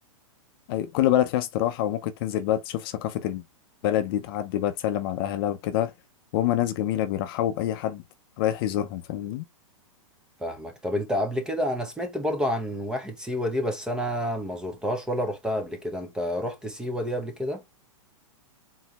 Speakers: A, on the left; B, in the centre.
A: أيوة، كل بلد فيها استراحة وممكن تنزل بقى تشوف ثقافة البلد دي تعدي بقى تسلم على أهلها وكده وهم ناس جميلة بيرحبوا بأي حد رايح يزورهم فاهمني
B: فاهمك طب أنت قبل كده أنا سمعت برضو عن واحد سيوة دي بس أنا ما زرتهاش ولا رحتها قبل كده أنت رحت سيوة دي قبل كده